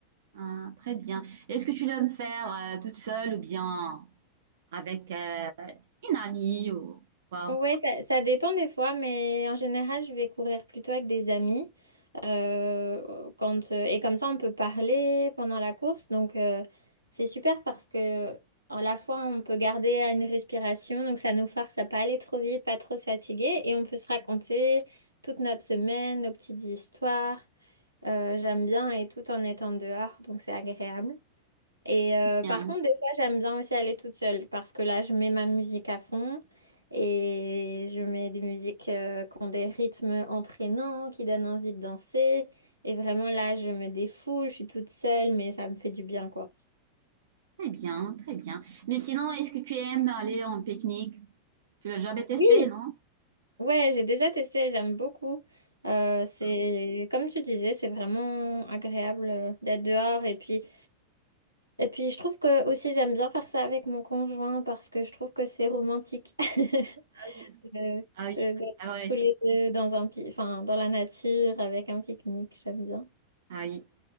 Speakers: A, on the right; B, on the right.
A: hein, très bien. Est-ce que tu dois me faire euh, toute seule ou bien avec euh, une amie ou quoi?
B: Ouais, ça, ça dépend des fois, mais en général, je vais courir plutôt avec des amis. euh, quand, euh, et comme ça, on peut parler pendant la course. Donc, euh, c'est super parce que à la fois, on peut garder une respiration. Donc, ça nous force à pas aller trop vite, pas trop se fatiguer. Et on peut se raconter toute notre semaine, nos petites histoires. Euh, j'aime bien et tout en étant dehors. Donc, c'est agréable. Et euh,
A: Bien,
B: par contre, des fois, j'aime bien aussi aller toute seule parce que là, je mets ma musique à fond et je mets des musiques euh, qui ont des rythmes entraînants, qui donnent envie de danser. Et vraiment, là, je me défoule, je suis toute seule, mais ça me fait du bien, quoi.
A: très bien, très bien. Mais sinon, est-ce que tu aimes aller en pique-nique? Tu l'as jamais testé,
B: Oui,
A: non?
B: ouais, j'ai déjà testé, j'aime beaucoup. Euh, c'est
A: Ah
B: comme tu disais, c'est vraiment agréable euh, d'être dehors et puis et puis je trouve que aussi j'aime bien faire ça avec mon conjoint parce que je trouve que c'est romantique. <laughs>
A: oui,
B: de, de-
A: ah oui,
B: d'être
A: ah ouais,
B: tous les deux dans un, pi- enfin, dans la nature avec un pique-nique, j'aime bien.
A: ah oui.